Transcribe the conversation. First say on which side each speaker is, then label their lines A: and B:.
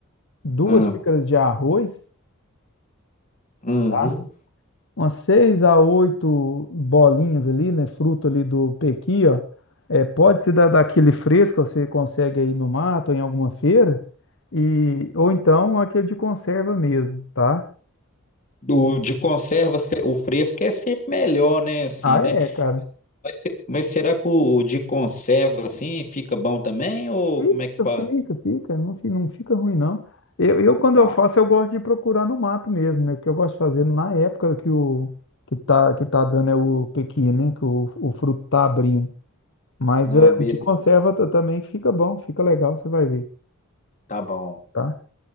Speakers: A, on the left; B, on the left.
A: duas
B: Ah,
A: xícaras de arroz,
B: uhum.
A: tá? Umas seis a oito bolinhas ali, né? Fruto ali do pequi, ó. É, pode ser da, daquele fresco, você consegue aí no mato, em alguma feira, e ou então aquele de conserva mesmo, tá?
B: Do, de conserva, cê- o fresco é sempre melhor, né? Assim,
A: Ah,
B: né?
A: é, cara.
B: Mas, se- mas será que o de conserva assim fica bom também? Ou
A: Fica,
B: como é que faz?
A: fica, fica, não, fi- não fica ruim, não. Eu, eu, quando
B: Tá.
A: eu faço, eu gosto de procurar no mato mesmo, né? O que eu gosto de fazer na época que o que tá, que tá dando é o pequi, né? Que o, o fruto tá abrindo. Mas
B: Não,
A: é,
B: beleza.
A: o de conserva ta- também fica bom, fica legal, você vai ver,
B: Tá bom.
A: tá?